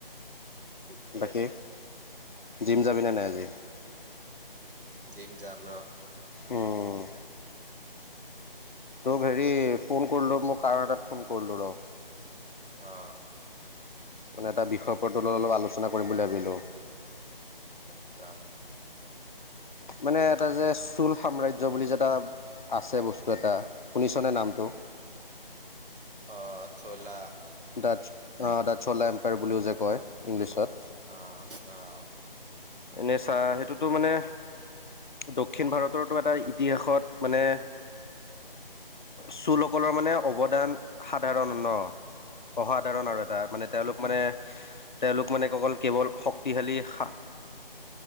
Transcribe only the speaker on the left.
বাকী,
জিম যাবিনে নাই আজি?
উম তোক হেৰি, ফোন কৰিলোঁ মোক কাৰন এটাত ফোন কৰিলোঁ ৰ।
মানে এটা বিষয়ৰ ওপৰত আলোচনা কৰিম বুলি ভাবিলো।
মানে এটা যে চুল সাম্ৰাজ্য বুলি যে এটা আছে বস্তু এটা, শুনিচনে নাম টো।
দা অ, দা ছোলা এম্পায়াৰ বুলিও যে কয় ইংলিছত।
এনেই চা, সেইটোতো মানে দক্ষিণ ভাৰতৰতো এটা ইতিহাসত মানে চুলসকলৰ মানে অৱদান সাধাৰণ ন, অসাধাৰণ আৰু এ টাৰ মানে তেওঁলোক মানে, তেওঁলোক মানে অকল কেৱল শক্তিশালী শা